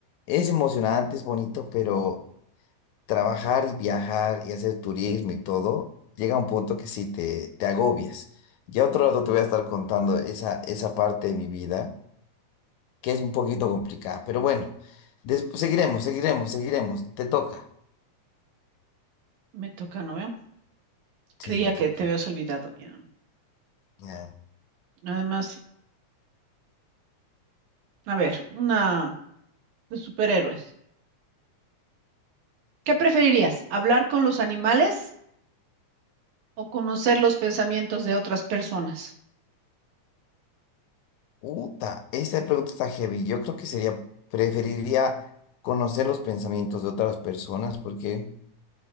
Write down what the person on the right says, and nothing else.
Me toca, ¿no veo? Creía
que te habías olvidado. ya.
Además, a ver, una de superhéroes. ¿Qué preferirías? ¿Hablar con los animales o conocer los pensamientos de otras personas?